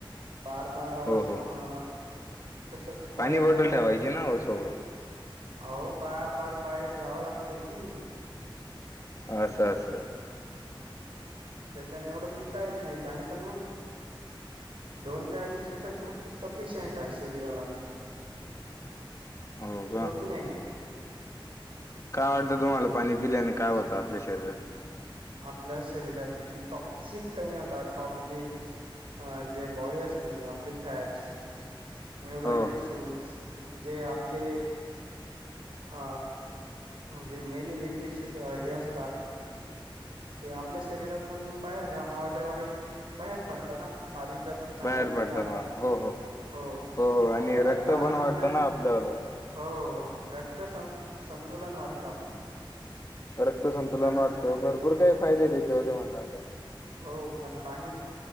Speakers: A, on the right; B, on the left.
A: बार बार वशरुम
B: हो हो
A: अ कस
B: पाणी
A: बाहेर
B: बॉटल
A: जायला
B: ठेवायची
A: योग्य
B: ना हो सोबत
A: हो बार बार बाहेर जावं लागतंय की.
B: अस अस.
A: त्याच्याने एवढं पिता येत नाही पाणी पण मग. दोन ते अडीच लिटर खूप सफिशियंट आहे शरीराला
B: हो का
A: की नाही
B: काय वाटतं तुम्हाला पाणी पिलेने काय होतं आपल्या शरीरात
A: आपल्या शरीरातील टॉक्सिक कमी होताात टॉक्सिक अ जे बॉडी असते आपली फॅट्स न्युरल
B: हो
A: टिश्यूज जे आपले अ म्हणजे मेलल टिश्यूज हे असतात ते आपल्या शरीरातून बाहेर घामावाटेवरे बाहेर पडत ना पाणीच चांगलं
B: बाहेर
A: पिलं
B: पडता
A: आपण
B: बा हो
A: हो
B: हो आणि
A: आपल्याला
B: रक्त
A: घाम
B: पण वाढतं
A: येणं
B: ना आपल्याला
A: हो रक्त सं संतुलन वाढतं आपलं
B: रक्तसंतुलन
A: आता
B: वाटतं भरपूर काय फायदे आहेत त्याच्याले म्हण
A: हो पण पाणी